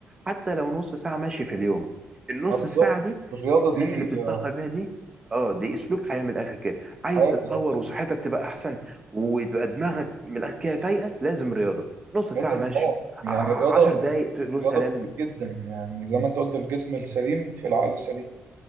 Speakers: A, on the right (about 15°); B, on the right (about 55°).
A: حتى لو نص ساعه مشي في اليوم النص
B: آه، بالظبط
A: ساعه دي
B: الرياضه
A: الناس
B: دي
A: اللي بتستهتر
B: آه،
A: بيها دي اه دي اسلوب حياه من الاخر كده عايز
B: حياه
A: تتطور
B: بالظبط
A: وصحتك تبقى احسن وتبقى دماغك من الاخر كده فايقه لازم رياضه نص
B: لازم
A: ساعه مشي
B: اه يعني
A: ع- ع-
B: الرياضه
A: عشر دقايق له
B: رياضه
A: سلالم
B: كتير جدا يعني زي ما انت قلت الجسم السليم في العقل السليم